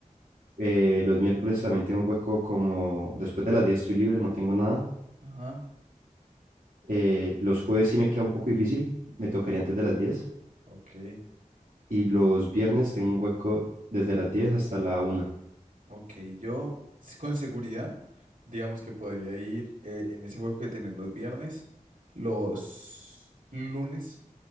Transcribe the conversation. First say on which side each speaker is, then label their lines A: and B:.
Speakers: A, on the right; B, on the right.
A: Eh, los miércoles también tengo un hueco como después de las 10 estoy libre, no tengo nada.
B: Ajá.
A: Eh, los jueves sí me queda un poco difícil, me tocaría antes de las diez
B: Ok,
A: Y los viernes tengo un hueco desde las diez hasta la una
B: ok. Yo s- con seguridad, digamos que podría ir eh, en ese juego que tienen los viernes, los lunes.